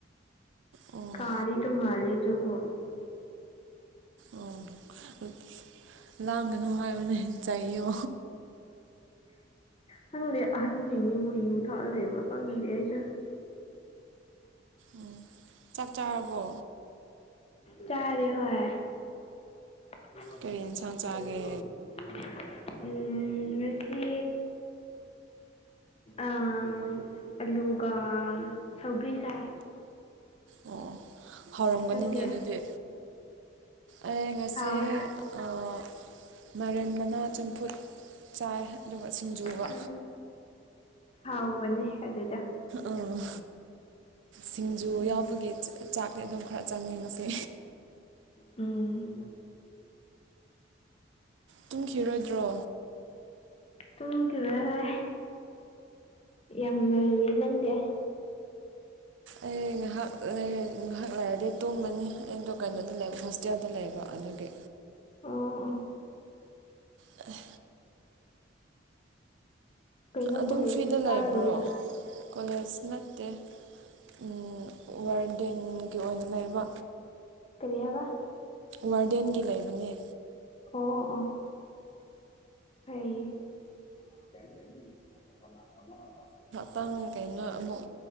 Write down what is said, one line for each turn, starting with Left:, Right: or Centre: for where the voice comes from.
Right: ꯑꯣ
Left: ꯀꯥꯗꯤ ꯇꯣꯡꯉꯥꯜꯂꯦ ꯑꯗꯨꯕꯨ
Right: ꯑꯣ ꯂꯥꯡꯒꯅꯨ ꯍꯥꯏꯌꯣꯅꯦ ꯆꯩꯌꯣ
Left: ꯈꯪꯗꯦ ꯑꯍꯟꯁꯤꯡꯁꯤ ꯃꯣꯏ ꯌꯨ ꯊꯛꯑ ꯂꯩꯕ꯭ꯔꯥ ꯈꯪꯗꯦ ꯑꯩꯁꯨ
Right: ꯎꯝ ꯆꯥꯛ ꯆꯥꯔꯕꯣ
Left: ꯆꯥꯔꯦ ꯍꯣꯏ <unintelligible>
Right: ꯀꯔꯤ ꯌꯦꯟꯁꯥꯡ ꯆꯥꯒꯦ
Left: ꯎꯝ ꯉꯁꯤ ꯑꯥ ꯑꯂꯨꯒ ꯁꯧꯒ꯭ꯔꯤ ꯆꯥꯢ
Right: ꯑꯣ ꯍꯥꯎꯔꯝꯒꯅꯤꯅꯦ
Left: ꯅꯪꯗꯤ
Right: ꯑꯗꯨꯗꯤ ꯑꯩ ꯉꯁꯤ
Left: ꯍꯥꯎꯋꯦ ꯍꯣꯏ
Right: ꯑꯣ ꯃꯥꯏꯔꯦꯟ ꯃꯅꯥ ꯆꯝꯐꯨꯠ ꯆꯥꯏ ꯑꯗꯨꯒ ꯁꯤꯡꯖꯨꯒ
Left: ꯎꯝ ꯍꯥꯎꯕꯅꯦ ꯑꯗꯨꯗ‌ꯣ
Right: ꯎꯝ ꯁꯤꯡꯖꯨ
Left: ꯎꯝ
Right: ꯌꯥꯎꯕꯒꯤ ꯆꯥꯛꯇꯤ ꯑꯗꯨꯝ ꯈꯔ ꯆꯪꯉ‌ꯦꯕꯁꯦ
Left: ꯎꯝ
Right: ꯇꯨꯝꯈꯤꯔꯣꯏꯗ꯭ꯔꯣ
Left: ꯇꯨꯝꯈꯤꯔ‌ꯣꯏꯍ‌ꯦ ꯌꯥꯝ ꯉꯜꯂꯤ ꯅꯪꯗꯤ <inaudible>
Right: ꯑꯩ ꯉꯥꯏꯍꯥꯛ ꯂꯩꯔ ꯉꯥꯏꯍꯥꯛ ꯂꯩꯔꯗꯤ ꯇꯨꯝꯃꯅꯤ ꯑꯩꯗꯣ ꯀꯩꯅꯣꯗ ꯂꯩꯕ ꯍꯣꯁꯇꯦꯜꯗ ꯂꯩꯕ ꯑꯗꯨꯒꯤ
Left: ꯑꯣ ꯑꯣ
Right: ꯑꯁ
Left: ꯀꯩꯅꯣ
Right: ꯑꯗꯨꯝ
Left: ꯀꯣꯂꯦꯖ
Right: ꯐ꯭ꯔꯤꯗ
Left: ꯀꯥꯔꯤꯔ
Right: ꯂꯩꯕ꯭ꯔꯣ ꯀꯣꯂꯦꯖ ꯅꯠꯇꯦ ꯎꯝ ꯋꯥꯔꯗꯦꯟꯒꯤ ꯑꯣꯏꯅ ꯂꯩꯕ
Left: ꯀꯔꯤ ꯍꯥꯏꯕ
Right: ꯋꯥꯔꯗꯦꯟꯒꯤ ꯂꯩꯕꯅꯦ
Left: ꯑꯣ ꯑꯣ ꯐꯩꯌ‌ꯦ <unintelligible>
Right: ꯄ‌ꯪ ꯀꯩꯅꯣ ꯑꯃꯨꯛ